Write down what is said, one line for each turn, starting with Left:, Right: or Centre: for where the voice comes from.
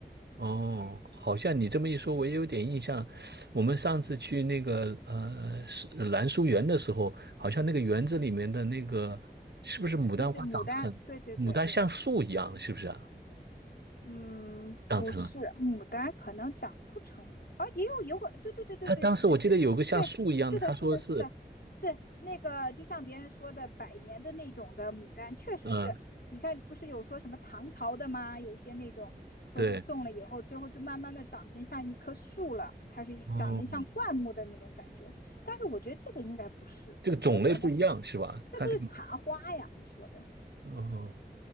Right: 哦，好像你这么一说，我也有点印象。我们上次去那个呃是呃兰书园的时候，好像那个园子里面的那个是不是牡丹花长得很，
Left: 那是牡丹，对对对，
Right: 牡丹像树一样，是不是啊？
Left: 嗯，不是牡丹，
Right: 长成了。
Left: 可能长不成啊，也有有果，对对对对对对对，
Right: 他当时我记得有个像树一样的，
Left: 对，是的，
Right: 他说是，
Left: 是的，是的，是那个，就像别人说的，百年的那种的牡丹，确实是。
Right: 嗯，
Left: 你看，不是有说什么唐朝的吗？有些那种说是种了以后，
Right: 对，
Left: 最后就慢慢的长成像一棵树了，它是一长成像灌木的那种感觉。
Right: 哦，
Left: 但是我觉得这个应该不是，
Right: 这个种类不一样是吧？
Left: 我觉得可能是不是茶花呀？
Right: 他这个，
Left: 你说的
Right: 哦，